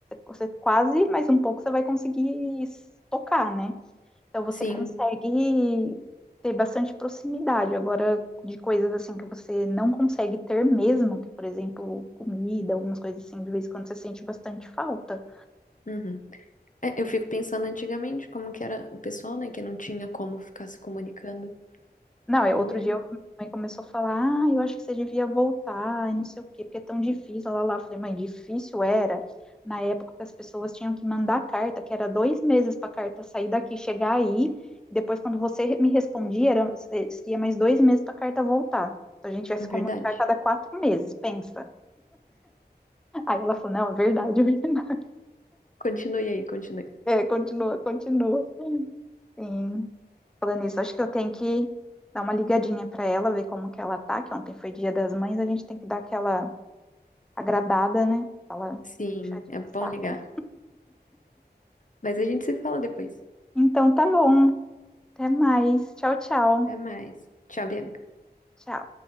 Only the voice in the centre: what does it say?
Você quase, mais um pouco, você vai conseguir s- tocar, né? Então você
consegue ter bastante proximidade. Agora, de coisas assim que você não consegue ter mesmo, que, por exemplo, comida, algumas coisas assim, de vez em quando você sente bastante falta.
Não, eu-
outro
dia eu- minha mãe começou a falar, ah, eu acho que você devia voltar e não sei o quê, porque é tão difícil, lá, lá. lá. Eu Falei, mãe, difícil era na época que as pessoas tinham que mandar carta, que era dois meses para a carta sair daqui, chegar aí, e depois quando você me respondia, era, se- seria mais dois meses para a carta voltar. Então a gente vai se
comunicar a cada quatro meses, pensa. Aí ela falou, não, é verdade, <laughs> é verdade.
É, continua, continua. Sim, Falando nisso, acho que eu tenho que dar uma ligadinha pra ela, ver como que ela tá, que ontem foi Dia das Mães, a gente tem que dar aquela agradada, né? Fala,
puxadinha
de saco.
Então tá bom. Até mais. Tchau, tchau.
Tchau.